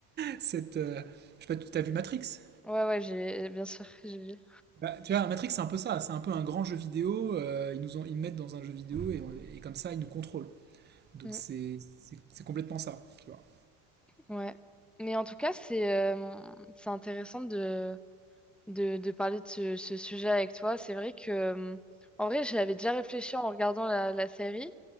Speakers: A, on the right; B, in the centre.
A: cette. euh, je sais pas, tu as vu Matrix?
B: Ouais, ouais, j'ai, bien sûr, <laughs> j'ai vu.
A: Bah, tu vois, Matrix, c'est un peu ça. C'est un peu un grand jeu vidéo. euh, ils nous ont, ils nous mettent dans un jeu vidéo et, on- et comme ça, ils nous contrôlent. Donc
B: Mm,
A: c'est c'est- c'est complètement ça, tu vois.
B: ouais. Mais en tout cas, c'est euh, c'est intéressant de, de, de parler de ce, ce sujet avec toi. C'est vrai que, euh, en vrai, j'avais déjà réfléchi en regardant la, la série,